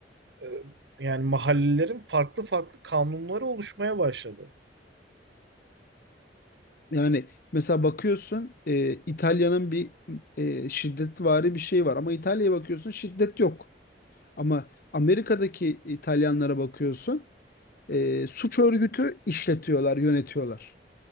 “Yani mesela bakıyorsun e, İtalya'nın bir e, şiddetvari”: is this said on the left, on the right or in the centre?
Left